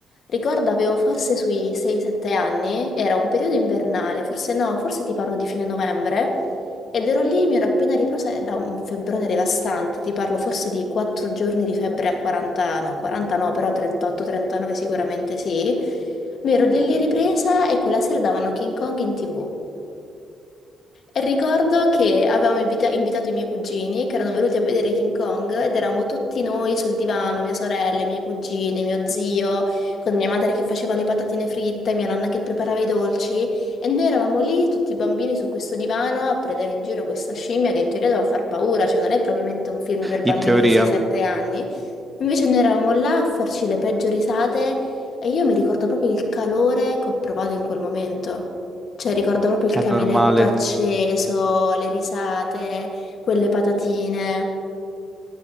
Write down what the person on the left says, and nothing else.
Ricordo avevo forse sui 6-7 anni, era un periodo invernale, forse no, forse ti parlo di fine novembre, ed ero lì, mi ero appena ripresa da un febbrone devastante, ti parlo forse di 4 giorni di febbre a 40, no, 40 no, però 38-39 sicuramente sì. Mi ero lì lì ripresa e quella sera davano King Kong in TV. E Ricordo che avevamo invita- invitato i miei cugini che erano venuti a vedere King Kong ed eravamo tutti noi sul divano, mia sorella, i miei cugini, mio zio, con mia madre che faceva le patatine fritte, mia nonna che preparava
i dolci e noi eravamo lì tutti bambini su questo divano a prendere in giro questa scimmia che in teoria doveva far paura, cioè non è propriamente un film per bambini
di 6-7 anni. Invece noi eravamo là a farci le peggio risate e io mi ricordo proprio il calore che ho provato in quel momento. Cioè, ricordo proprio il
caminetto
acceso, le risate, quelle patatine.